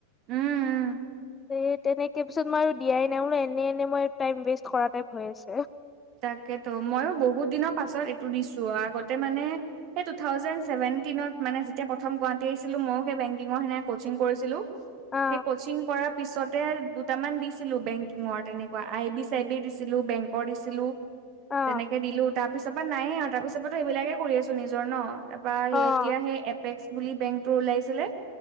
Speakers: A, on the right; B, on the left.
A: উম উম।
B: এই তেনেকৈ পিছত মই আৰু দিয়াই নাই বোলো এনে এনেই মই টাইম ৱেষ্ট কৰা টাইপ হৈ আছে।
A: তাকেতো মইও বহুত দিনৰ পাছত এইটো দিছো আগতে মানে। হে টু থাউজেন চেভেনটিনত মানে যেতিয়া প্ৰথম গুৱাহাটী আহিছিলো মইও সেই বেংকিং কাৰণে সেনে কচিং কৰিছিলো।
B: অ
A: সেই কচিং কৰা পিছতে দুটামান দিছিলো বেংকিঙৰ তেনেকুৱা আই বি চাই বি দিছিলো। দিছিলো বেংকৰ দিছিলো
B: অ
A: তেনেকে দিলো, তাৰ পিছত তাৰপা নাইয়ে আৰু তাৰপিছততো সেইবিলাকে কৰি আছো নিজৰ ন, তাৰপৰা
B: অ
A: সেই এতিয়া সেই এপেক্স বুলি বেংকটোৰ ওলাইছিলে,